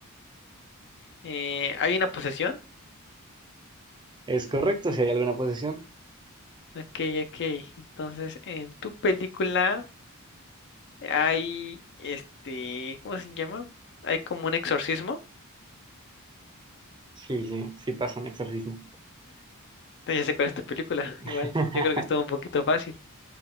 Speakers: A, on the left; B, on the right.
A: Eh, hay una posesión.
B: ¿Es correcto si hay alguna posesión?
A: Ok, ok. Entonces, en tu película hay, este, ¿cómo se llama? Hay como un exorcismo.
B: Sí, sí, sí pasa un exorcismo.
A: Entonces, ya sé cuál es tu película.
B: <laughs>
A: Igual, yo creo que estuvo un poquito fácil.